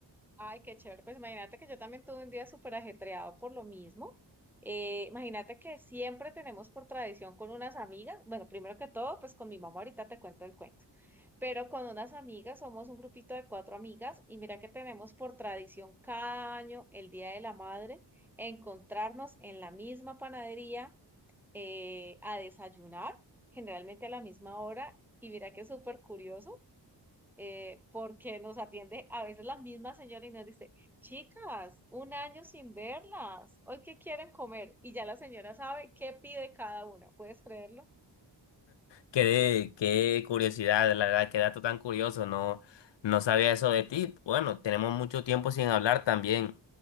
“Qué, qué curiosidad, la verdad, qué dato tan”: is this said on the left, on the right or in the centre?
Left